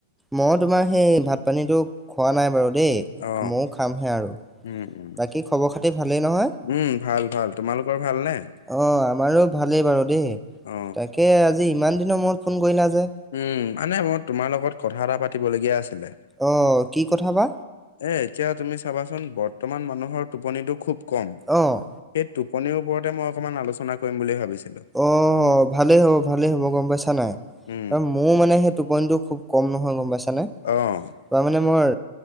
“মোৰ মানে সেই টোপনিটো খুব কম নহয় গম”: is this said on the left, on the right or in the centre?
Centre